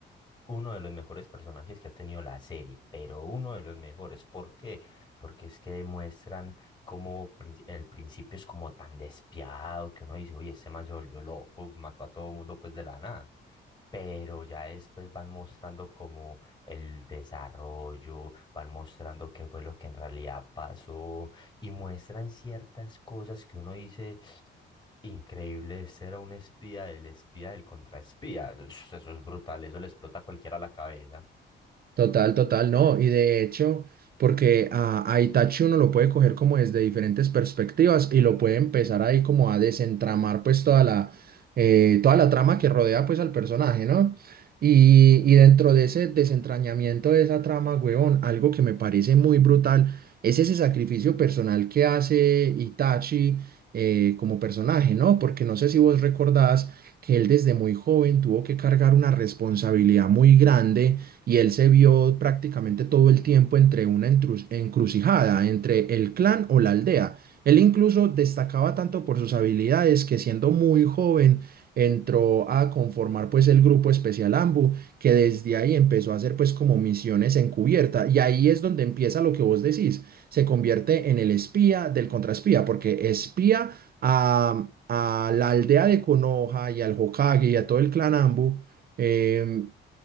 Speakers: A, on the left (about 25°); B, on the right (about 50°).
A: uno de los mejores personajes que ha tenido la serie, pero uno de los mejores. ¿Por qué? Porque es que muestran cómo prin- el principio es como tan despiadado que uno dice, oye, este man se volvió loco, mató a todo mundo pues de la nada pero ya después van mostrando como el desarrollo, van mostrando qué fue lo que en realidad pasó y muestran ciertas cosas que uno dice, increíble, ese era un espía, el espía del contraespía, eso, eso es brutal, eso le explota a cualquiera la cabeza.
B: Total, total, no. Y de hecho, porque a, a Itachi uno lo puede coger como desde diferentes perspectivas y lo puede empezar ahí como a desentramar pues toda la, eh, toda la trama que rodea pues al personaje, ¿no? Y, y dentro de ese desentrañamiento de esa trama, huevón, algo que me parece muy brutal es ese sacrificio personal que hace Itachi eh, como personaje, ¿no? Porque no sé si vos recordás que él desde muy joven tuvo que cargar una responsabilidad muy grande y él se vio prácticamente todo el tiempo entre una entru- encrucijada, entre el clan o la aldea. Él incluso destacaba tanto por sus habilidades que siendo muy joven entró a conformar pues el grupo especial AMBU, que desde ahí empezó a hacer pues como misiones encubierta y ahí es donde empieza lo que vos decís, se convierte en el espía del contraespía, porque espía a, a la aldea de Konoha y al Hokage y a todo el clan Ambu, em,